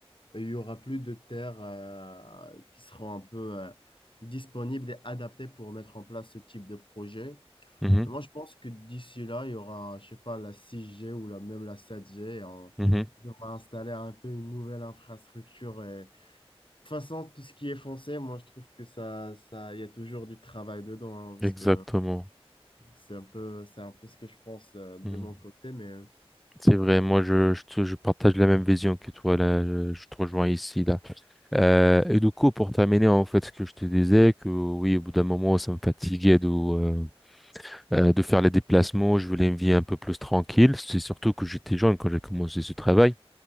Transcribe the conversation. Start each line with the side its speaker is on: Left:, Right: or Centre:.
Left: et il y aura plus de terres euh, qui seront un peu euh, disponibles et adaptées pour mettre en place ce type de projet.
Centre: Mhm.
Left: Et moi, je pense que d'ici là, il y aura, je sais pas, la six g ou la, même la sept g et on,
Centre: Mhm.
Left: on va installer un peu une nouvelle infrastructure. Et... De toute façon, tout ce qui est foncé, moi, je trouve que ça, ça, il y a toujours du travail dedans, hein, parce
Centre: Exactement.
Left: que c'est un peu, c'est un peu ce que je pense euh, de
Centre: Hmm.
Left: mon côté. Mais euh,
Centre: C'est vrai, moi je, je, te- je partage la même vision que toi là, je je te rejoins ici là. Euh, et du coup pour terminer en fait ce que je te disais que oui au bout d'un moment ça me fatiguait de euh, euh, de faire les déplacements, je voulais une vie un peu plus tranquille. C'est surtout que j'étais jeune quand j'ai commencé ce travail.